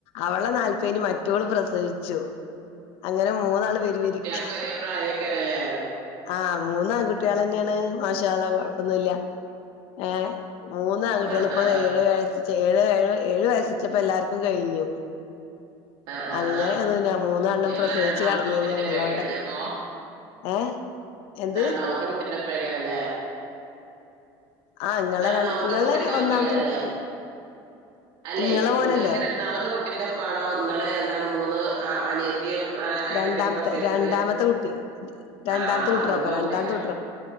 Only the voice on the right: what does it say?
കുട്ട്യേക്ക് ഒരേപ്രായേയ്കാരം ല്ലേ
ആ ആ ആ
ആ ആ
ആ
ഞങ്ങളെ
രണ്ടാമത്തെ
കുട്ടിന്റെ
പേക്കരല്ലേ അപ്പൊ
രണ്ടാമത്തെ കുട്ടിന്റെപ്പേക്കാര ല്ലേ?
രണ്ടാമത്തെ
കുട്ടിന്റെ ഒപ്പേയ്ക്കാര
ല്ലേ? അല്ലെ
ഇങ്ങക്ക് രണ്ടാമത്തെ കുട്ടിന്റെപ്പാണോ ഇങ്ങള് എന്താണ് മൂന്ന് ആഹ്, അനിയത്തിയും ഏട്ടത്തിക്കെ
പ്രസവിച്ചത്.
ആഹ്,
അ യൊവ്ടെയ്ക്കാരം.